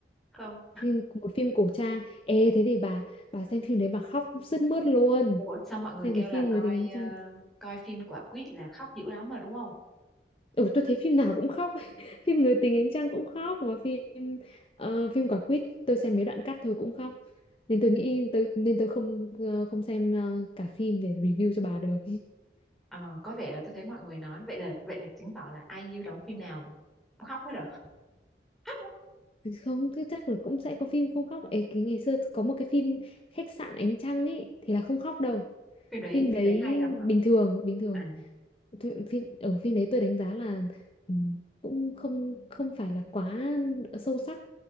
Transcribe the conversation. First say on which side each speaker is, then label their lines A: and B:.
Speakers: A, in the centre; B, on the left.
A: không
B: phim một phim cổ trang ê thế thì bà bà xem phim đấy bà khóc sướt mướt luôn
A: ủa sao mọi người
B: xem
A: kêu
B: cái phim
A: là coi
B: người tình ánh trăng
A: ờ, coi phim quả quýt là khóc dữ lắm mà đúng không
B: ừ tôi thấy phim nào cũng khóc <laughs> phim người tình ánh trăng cũng khóc mà phim ờ, phim quả quýt tôi xem mấy đoạn cắt thôi cũng khóc nên tôi
A: Ừ.
B: nghĩ tôi nên tôi không ờ, không xem ờ, cả phim để review cho bà được
A: ờ, có vẻ là tôi thấy mọi người nói vậy là vậy là chứng tỏ là ai IU đóng phim nào cũng khóc hết à <laughs>
B: không thế chắc là cũng sẽ có phim không khóc ấy cái ngày xưa có một cái phim khách sạn ánh trăng ấy thì là không khóc đâu
A: phim đấy
B: phim
A: phim
B: đấy
A: đấy hay lắm hả
B: bình thường bình thường
A: à
B: Thì- phim ở phim đấy tôi đánh giá là ừm, cũng không không phải là quá sâu sắc